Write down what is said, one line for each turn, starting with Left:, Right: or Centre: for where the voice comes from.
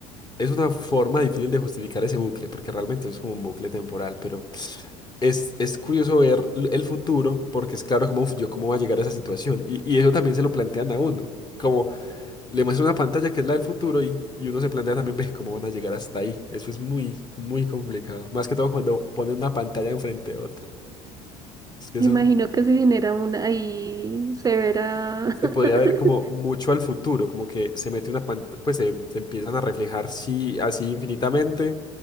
Left: es una forma difícil de justificar ese bucle, porque realmente es como un bucle temporal, pero es, es curioso ver l- el futuro, porque es claro como, "Uf, yo cómo va a llegar a esa situación, y, y eso también se lo plantean a uno, como le muestra una pantalla que es la del futuro y, y uno se plantea también, ve cómo van a llegar hasta ahí. Eso es muy, muy complicado. Más que todo cuando ponen una pantalla enfrente de otra. Es que
Right: Me
Left: eso
Right: imagino que se genera una ahí severa
Left: se
Right: <laughs>
Left: podría ver como mucho al futuro, como que se mete una pantalla, pues se, se empiezan a reflejar sí, así infinitamente